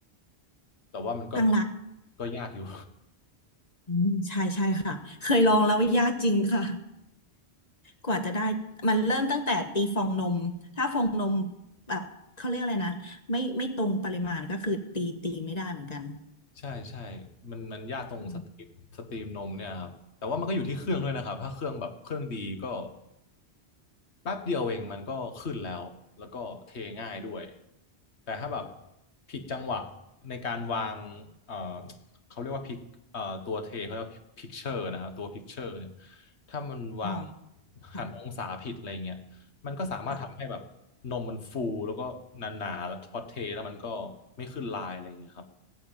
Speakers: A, on the left (about 80°); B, on the left (about 40°).
A: แต่ว่ามันก็
B: ทางร้าน
A: ก็ยากอยู่
B: อืมใช่ใช่ค่ะเคยลองแล้วยากจริงค่ะกว่าจะได้มันเริ่มตั้งแต่ตีฟองนมถ้าฟองนมแบบเขาเรียกอะไรนะไม่ไม่ตรงปริมาณก็คือตีตีไม่ได้เหมือนกัน
A: ใช่ใช่มันมันยากตรงสตรีมสตรีมนมเนี่ยครับแต่ว่ามันก็อยู่ที่เครื่องด้วยนะครับถ้าเครื่องแบบเครื่องดีก็
B: อืม
A: แป๊บเดียวเองมันก็ขึ้นแล้วแล้วก็เทง่ายด้วยแต่ถ้าแบบผิดจังหวะในการวางเอ่อเขาเรียกว่าพิกเอ่อตัวเทเขาเรียกว่าพิกเชอร์นะครับตัวพิกเชอร์เนี่ยถ้ามันวาง
B: อ๋อค่ะ
A: หันองศาผิดอะไรเงี้ยมันก็สามารถทำให้แบบนมมันฟูแล้วก็หนาๆแล้วพอเทแล้วมันก็ไม่ขึ้นลายอะไรเงี้ยครับ
B: ค่ะ